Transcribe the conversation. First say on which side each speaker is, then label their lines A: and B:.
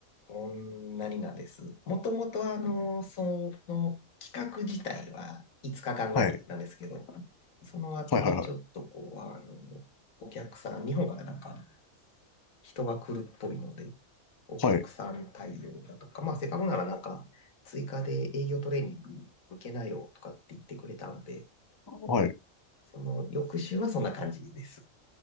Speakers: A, on the left; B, on the left.
A: そんなになんです。もともと、あの、その、企画自体は5日間ぐらいなんですけど、
B: はい。
A: その後にちょっとこう、
B: はいはいはい。
A: あの、お客さん、日本からなんか人が来るっぽいので、お客さん対応だとか、
B: はい。
A: まあ、せっかくならなんか、追加で営業トレーニング受けなよとかって言ってくれたんで、
B: はい。
A: その翌週はそんな感じです。